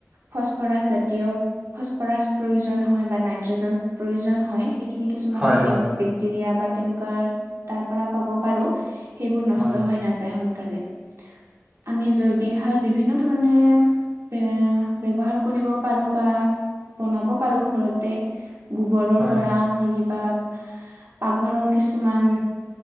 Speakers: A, on the right; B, on the right.
A: ফচফৰাছ জাতীয় ফচফৰাছ প্ৰয়োজন <unintelligible>
B: হয় হয়
A: ৰিয়া বা তেনেকুৱা তাৰ পৰা পাব পাৰো সেইবোৰ নষ্ট
B: হয়
A: হৈ নাযায় <unintelligible> আমি জৈৱিক সাৰ বিভিন্ন ধৰণে এ ব্যৱহাৰ কৰিব পাৰো বা বনাব পাৰো ঘৰতে গোবৰৰ
B: হয়
A: পৰা নহ'লে বা পাকঘৰৰ কিছুমান